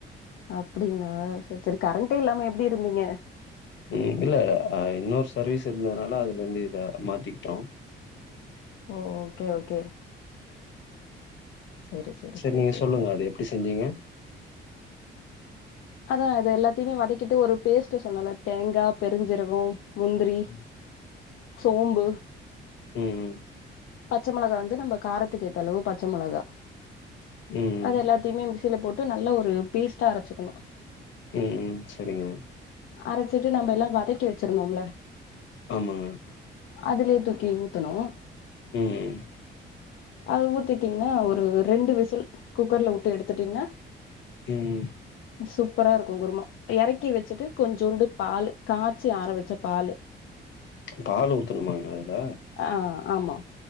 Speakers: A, on the left; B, on the left.
A: அப்டிங்கள செரி செரி கரண்ட்டே இல்லாம எப்டி இருந்தீங்க
B: ம் இல்ல இன்னொரு சர்வீஸ் இருந்ததுனால அதுல இருந்து இத மாத்திக்கிட்டோ
A: ஓ ஓகே ஓகே சரி சரி
B: சேர்
A: சரி
B: நீங்க
A: சரி
B: சொல்லுங்க அது எப்டி செஞ்சீங்க
A: அதா அத எல்லாத்தையுமே வதக்கிட்டு ஒரு பேஸ்ட் சொன்னேல்ல தேங்கா பெருஞ்சீரகோ முந்திரி
B: ம்
A: சோம்பு
B: ம் ம்
A: பச்ச மெளகா வந்து நம்ப காரத்துக்கேதளவு பச்ச மெளகா
B: ம்
A: அத எல்லாத்திமே மிக்சில போட்டு நல்ல ஒரு பேஸ்ட்டா அரைச்சிகணு
B: ம்ம் சரிங்க
A: அரைச்சிட்டு நம்ப எல்லா வதக்கி வெச்சிருந்தோல
B: ஆமா
A: அதுலே தூக்கி ஊத்தணு
B: ம்
A: அது ஊத்திட்டீங்கனா ஒரு ரெண்டு விசில் குக்கர்ல உட்டு எடுத்துட்டீங்கனா
B: ம்
A: சூப்பரா இருக்கும் குருமா ஏறக்கி வெச்சிட்டு கொஞ்சோண்டு பாலு காச்சி ஆற வெச்ச பாலு
B: பால் ஊத்தணுமாங்க அதுல
A: ஆ ஆமா